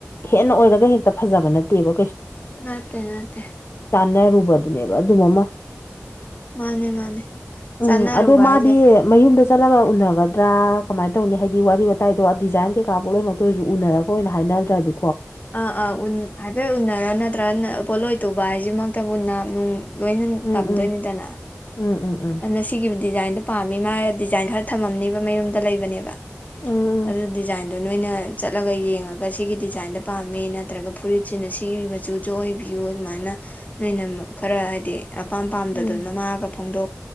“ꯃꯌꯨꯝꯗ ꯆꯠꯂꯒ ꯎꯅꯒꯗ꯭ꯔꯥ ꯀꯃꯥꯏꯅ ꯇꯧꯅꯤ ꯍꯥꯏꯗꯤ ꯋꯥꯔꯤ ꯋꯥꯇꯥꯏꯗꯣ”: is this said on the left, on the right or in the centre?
Left